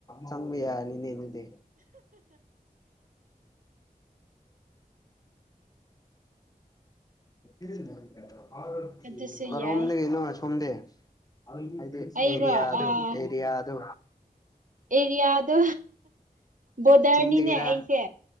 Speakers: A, on the left; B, on the right.
A: ꯆꯪꯕ ꯌꯥꯔꯅꯤꯅꯦ INAUDIBLE INAUDIBLE
B: ꯑꯗꯨꯁꯨ
A: ꯀꯥꯔꯣꯝꯗꯒꯤꯅꯣ
B: ꯌꯥꯏ
A: ꯑꯁꯣꯝꯗꯤ ꯍꯥꯏꯗꯤ
B: ꯑꯩꯔꯣ
A: ꯑꯦꯔꯤꯌꯥꯗꯣ-ꯑꯦꯔꯤꯌꯥꯗꯣ
B: ꯑꯥ ꯑꯦꯔꯤꯌꯥꯗꯣ ꯕꯣꯔꯗꯔꯅꯤꯅꯦ
A: ꯆꯤꯡꯗꯒꯤꯔꯥ
B: ꯑꯩꯁꯦ